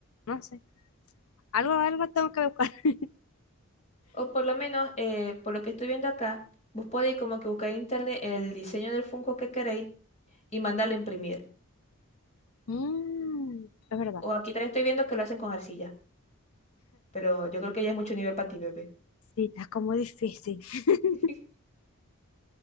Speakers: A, on the left; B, on the left.
A: No sé. Algo, algo tengo que buscar. <laughs>
B: O por lo menos, eh, por lo que estoy viendo acá, vos podéis como que buscar en internet el diseño del Funko que queréis y mandarlo a imprimir.
A: Mm, es verdad.
B: O aquí también estoy viendo que lo hacen con arcilla, pero yo creo que ya es mucho nivel para ti, bebé.
A: Sí, está como difícil. <laughs>
B: <laughs>